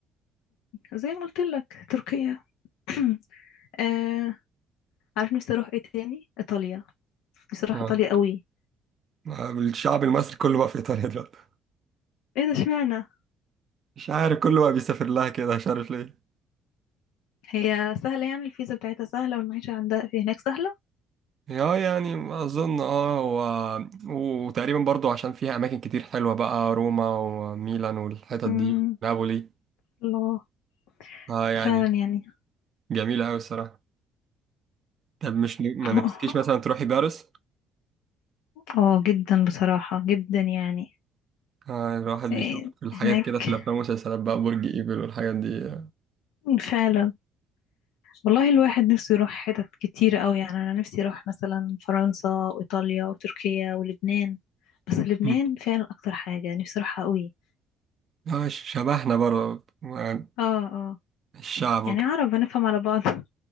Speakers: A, on the left; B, on the right.
A: زي ما قلت لك تركيا <clears throat> آه عارف نفسي اروح ايه تاني ايطاليا نفسي اروح
B: اه
A: ايطاليا قوي
B: آه، الشعب المصري كله بقى في ايطاليا دلوقتي
A: ايه ده اشمعنى
B: مش عارف كله بقى بيسافر لها كده مش عارف ليه
A: هي سهلة يعني الفيزا بتاعتها سهلة والمعيشة عندها في هناك سهلة
B: اه يعني اظن اه هو وتقريبا برضو عشان فيها اماكن كتير حلوه بقى روما وميلان والحتت
A: امم
B: دي نابولي
A: الله
B: اه يعني
A: فعلا يعني
B: جميله قوي الصراحه طب مش ن- ما
A: <laughs>
B: نفسكيش مثلا تروحي باريس
A: اه جدا بصراحة جدا يعني
B: آه الواحد بيشوف
A: إيه،
B: الحاجات
A: هناك
B: كده في الافلام والمسلسلات بقى برج ايفل والحاجات دي
A: فعلا والله الواحد نفسه يروح حتت كتير قوي يعني انا نفسي اروح مثلا فرنسا وايطاليا وتركيا ولبنان بس لبنان
B: مم.
A: فعلا اكتر حاجة نفسي اروحها قوي
B: اه ش- شبهنا برضه يعني
A: اه اه
B: الشعب وكده
A: يعني عرب هنفهم على بعض <laughs>